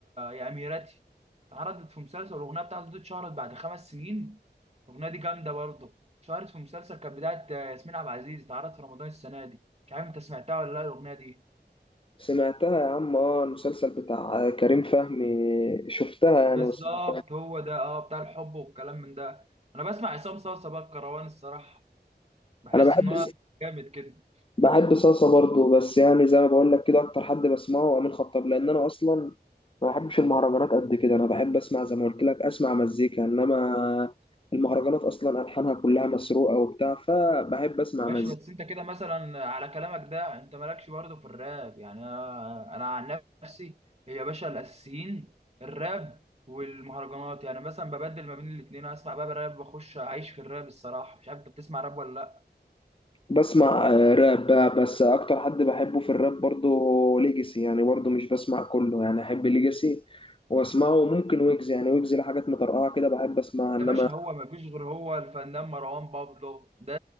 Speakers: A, on the right; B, on the left.
A: يا اميرتي اتعرضت في مسلسل الاغنيه بتاعته دي اتشهرت بعد خمس سنين الاغنيه دي جامده برضه اتشهرت في مسلسل كانت بدايه آه، ياسمين عبد العزيز اتعرضت في رمضان السنه دي مش عارف انت سمعتها ولا لا الاغنيه دي
B: سمعتها يا عم اه المسلسل بتاع كريم فهمي شفتها يعني
A: بالظبط
B: وسمعتها
A: هو ده اه بتاع الحب والكلام من ده انا بسمع عصام صاصا بقى الكروان الصراحه بحس
B: انا بحب
A: ان هو جامد كده
B: بحب صلصة برضو بس يعني زي ما بقول لك كده اكتر حد بسمعه هو امين خطاب لان انا اصلا ما بحبش المهرجانات قد كده انا بحب اسمع زي ما قلت لك اسمع مزيكا انما المهرجانات اصلا الحانها كلها مسروقه وبتاع فبحب اسمع
A: ماشي
B: مزيكا
A: بس انت كده مثلا على كلامك ده انت مالكش برضه في الراب يعني انا انا عن نفسي يا باشا الاساسيين الراب والمهرجانات يعني مثلا ببدل ما بين الاثنين اسمع بقى راب واخش اعيش في الراب الصراحه مش عارف انت بتسمع راب ولا لا
B: بسمع آه، راب بقى بس اكتر حد بحبه في الراب برضو ليجاسي يعني برضو مش بسمع كله يعني احب ليجاسي واسمعه ممكن ويجز يعني ويجز لحاجات مطرقعه كده بحب اسمعها انما
A: يا باشا هو ما فيش غير هو الفنان مروان بابلو ده